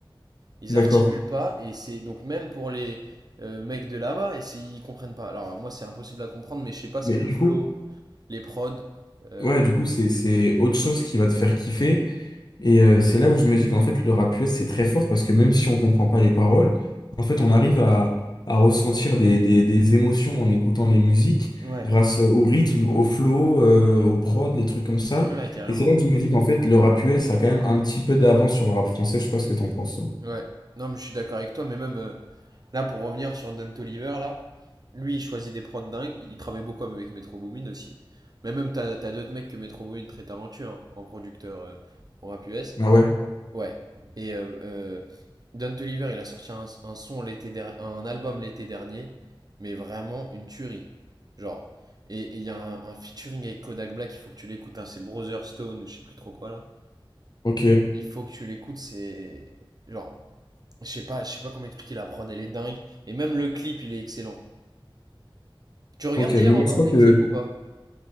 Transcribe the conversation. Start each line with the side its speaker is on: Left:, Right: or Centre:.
Right: Ils
Left: d'accord.
Right: articulent pas et c'est donc même pour les euh, mecs de là-bas et c'est- ils comprennent pas. Alors moi c'est impossible à comprendre mais je sais pas, c'est
Left: Mais
Right: le
Left: du
Right: flow,
Left: coup...
Right: les prods euh,
Left: Ouais, du coup, c'est, c'est autre chose qui va te faire kiffer. Et euh, c'est là où je me dis qu'en fait, le rap US, c'est très fort parce que même si on comprend pas les paroles, en fait, on arrive à, à ressentir des, des, des émotions en écoutant les musiques
Right: ouais,
Left: grâce au rythme, au flow, euh, au prod, les trucs comme ça.
Right: ouais carrément.
Left: Et c'est là que je me dis qu'en fait, le rap US a quand même un petit peu d'avance sur le rap français. Je sais pas ce que t'en penses. toi.
Right: Ouais. Non mais je suis d'accord avec toi mais même euh, là pour revenir sur Dan Toliver là, lui il choisit des prods dingues, il travaille beaucoup avec Metro Boomin aussi. Mais même t'as t'as d'autres mecs que Metro Boomin très talentueux hein, en producteur euh, au rap US
Left: Ah ouais,
Right: Ouais. Et euh, euh, Don Toliver, il a sorti un, un son l'été der- un album l'été dernier, mais vraiment une tuerie. Genre. Et et il y a un, un featuring avec Kodak Black, il faut que tu l'écoutes, hein, c'est Brother Stone ou je sais plus trop quoi là.
Left: ok,
Right: Il faut que tu l'écoutes, c'est. Genre, je sais pas, je sais pas comment expliquer la prod, elle est dingue. Et même le clip, il est excellent. Tu regardes
Left: ok.
Right: d'ailleurs
Left: Mais moi,
Right: encore
Left: je crois
Right: des
Left: que
Right: clips ou pas?